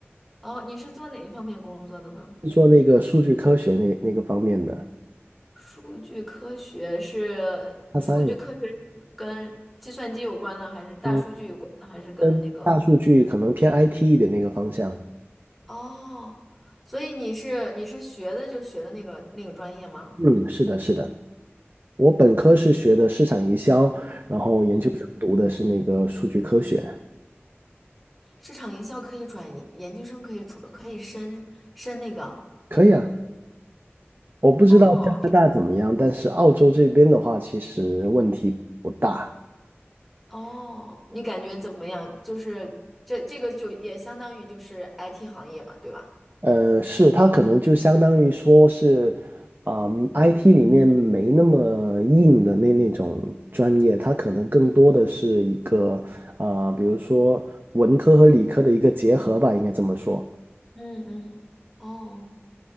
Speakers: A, in the centre; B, on the right (about 50°).
A: 哦，你是做哪一方面工作的呢？
B: 做那个数据科学那那个方面的，
A: 数据科学是数据科学是跟计算机有关的，
B: 它三也，
A: 还是大数据有关的，
B: 嗯，
A: 还是跟那个？
B: 跟大数据可能偏 IT 一点那个方向。
A: 哦，所以你是你是学的就学的那个那个专业吗？
B: 嗯，是的，是的，我本科是学的市场营销，然后研究生读的是那个数据科学。
A: 嗯，市场营销可以转研究生，可以转可以升升那个。
B: 可以啊，我不知道加拿大怎么样，
A: 哦
B: 但是澳洲这边的话，其实问题不大。
A: 哦，你感觉怎么样？就是这这个就也相当于就是 IT 行业嘛，对吧？
B: 呃，是，它可能就相当于说是，嗯，IT 里面没那么硬的那那种专业，它可能更多的是一个，呃，比如说文科和理科的一个结合吧，应该这么说。
A: 嗯嗯，哦。